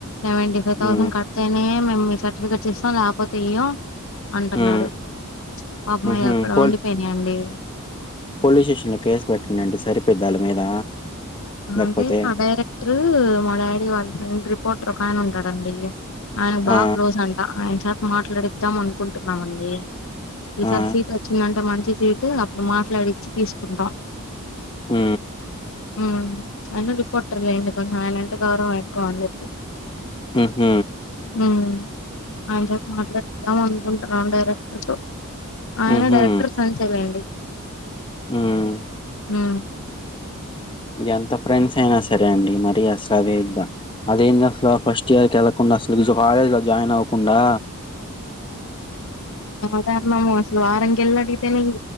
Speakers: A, on the left; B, on the left.
A: సెవెంటీ ఫైవ్ థౌసండ్
B: ఉమ్
A: కడితేనే మీ సర్టిఫికేట్ ఇస్తాం లేకపోతే ఇ్యో అంటున్నారు
B: ఉమ్
A: పాపమయ
B: ఉహు
A: అక్కడ
B: పోల్
A: ఉండిపోయినాయంండి
B: పోలీస్ స్టేషన్ లో కేసు పెట్టటిడి అండి సరిపోద్దళ్ మీద లేకపోతే
A: అంటే ఆ డైరెక్టర్ మా డాడీ వాళ్ళ ఫ్రెం పోట రకాయన ఉంటాడండి అను బాగా
B: ఆ
A: క్లోస్ అంటా మాట్లాడిద్దాం అనుకుంటున్నామండి ఈసారి
B: ఆ
A: సీట్ వచ్చిందంటే మంచి అప్పుడు మాట్లాడిచ్చ తీసుకుంటం
B: ఆ
A: ఉ అన్న గు పొట్టర్లేడి ఇ కకారం అకు అంటది
B: హ
A: ఆ ఆమెతో మాట్లాడదాం అనుకున్నా డైరెక్టర్తో ఆయన
B: ఉహు
A: డైరెక్టర్ సంచల అండి
B: ఉమ్
A: ఆ
B: ఎంత ఫ్రెండ్స్ అయినా సరే అండి మరి అస అద్దా అదేంటి అసలు ఫస్ట్ ఇయర్ క వెళ్ళలకుండా అసలు కాలేజ్ లో జాయిన్ అవ్వ కుండా
A: అద అమ్మ అసలు వారంగ ఎల అడితేనే ఇ